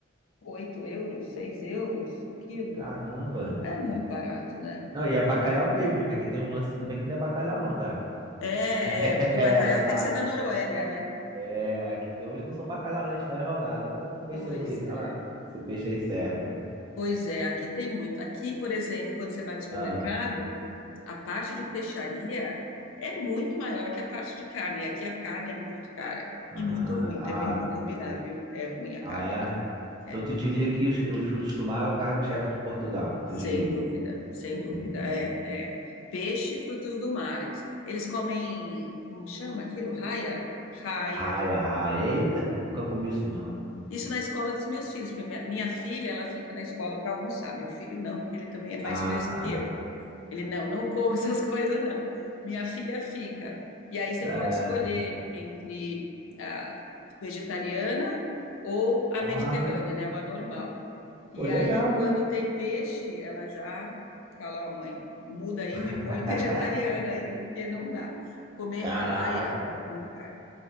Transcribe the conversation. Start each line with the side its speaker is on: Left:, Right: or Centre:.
Left: 8 euros, 6 euros o quilo.
Right: Caramba.
Left: É muito barato, né?
Right: Não, e é bacalhau mesmo, que aqui tem uns lances também que não é bacalhau não, tá?
Left: É,
Right: <laughs>
Left: é, porque
Right: É,
Left: bacalhau
Right: sabe,
Left: tem que ser da Noruega,
Right: né?
Left: né?
Right: É, aqui tem uns que não são bacalhau, né? A gente dá uma enrolada. Ah, vamos comer
Left: Pois
Right: isso aí mesmo, vai
Left: é,
Right: lá. Esse peixe aí serve.
Left: pois é, aqui tem muito. Aqui, por exemplo, quando você vai no supermercado,
Right: Ah,
Left: a parte de peixaria é muito maior que a parte de carne. E aqui a carne é muito cara
Right: ah,
Left: e muito ruim também,
Right: ah,
Left: vou combinar, viu? É ruim a
Right: ah,
Left: carne
Right: é?
Left: aqui. É,
Right: Então tu diria que os, os frutos do mar é o cargo-chefe de Portugal, tu
Left: sem
Right: diria?
Left: dúvida, sem dúvida.
Right: Hum.
Left: É, é. Peixe e frutos do mar. Eles, eles comem, como chama aquilo? Raia? Raia.
Right: Raia, raia. Eita, nunca comi isso não.
Left: Isso na escola dos meus filhos, porque minha, minha filha, ela fica na escola para almoçar, meu filho não, porque ele também é mais
Right: Ah,
Left: fresco
Right: tá.
Left: que eu. Ele não, não come <laughs> essas coisas, não. Minha filha fica. E aí você
Right: É.
Left: pode escolher entre a vegetariana ou a
Right: Ah,
Left: mediterrânea, né, ou a normal. E
Right: pô, legal,
Left: aí, quando
Right: hein?
Left: tem peixe, ela já fala, ó, mãe, muda aí, me
Right: <laughs>
Left: põe <laughs> vegetariana aí, porque não dá. Comer
Right: Caraca,
Left: raia, não vai.